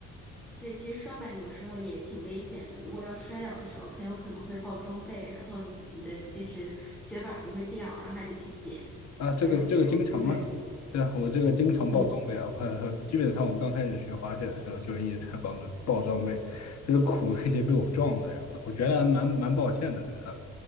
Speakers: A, in the centre; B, on the left.
A: 对，其实双板有时候也挺危险的。如果要摔倒的时候，很有可能会爆装备，然后你你的就是雪板儿就会掉，然后还得去捡，
B: 啊，这个这个经常啊，
A: 然后有的时候就会
B: 对啊，我这个经常爆装备啊，
A: 嗯。
B: 我基本上我刚开始学滑雪的时候就一直在帮着爆装备，就是苦那些被我撞的人啊，我觉得还蛮蛮抱歉的对他们，